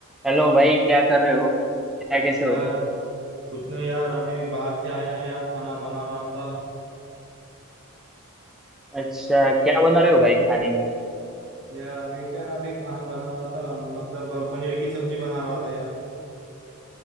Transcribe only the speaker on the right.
यार
कुछ नहीं यार अभी बाहर से आया यार खाना बना रहा था
यार अभी क्या अभी खाना बना रहा था मतलब अ, पनीर की सब्जी बना रहा था यार